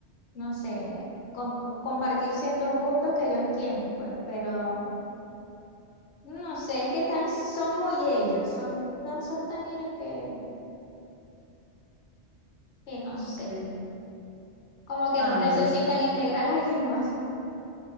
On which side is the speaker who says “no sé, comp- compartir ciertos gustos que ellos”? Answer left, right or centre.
Left